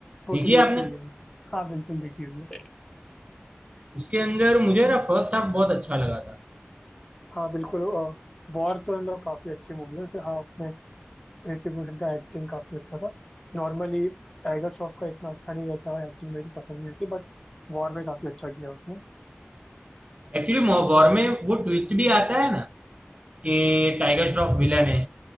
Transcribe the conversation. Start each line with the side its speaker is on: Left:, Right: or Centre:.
Left: वो
Right: देखिए
Left: तो देखी
Right: आपने
Left: हुई है मैंने। हाँ बिल्कुल देखी हुई है
Right: उसके अंदर मुझे ना फर्स्ट हाफ बहुत अच्छा लगा था
Left: हाँ बिल्कुल वॉर तो मतलब काफी अच्छी मूवी है वैसे, हाँ उसमें ऋतिक रोशन का एक्टिंग काफी अच्छा था नॉर्मली टाइगर श्रॉफ का इतना अच्छा नहीं रहता एक्टिंग मेरे को पसंद नहीं आती बट वॉर में काफी अच्छा किया उसने
Right: एक्चुअली वॉर में वो ट्विस्ट भी आता है ना कि टाइगर श्रॉफ विलन है